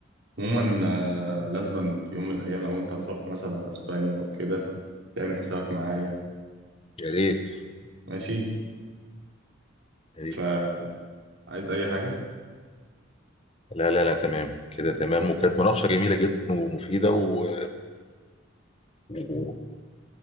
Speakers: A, on the right; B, on the left.
A: عموما آه، لازما في يوم من الأيام لو أنت هتروح مثلا أسبانيا أو كده تعمل حسابك معايا
B: يا ريت
A: وماشي
B: يا ريت
A: فعايز أي حاجة
B: لا لا لا تمام كده تمام وكانت مناقشة جميلة جدا ومفيدة و... و...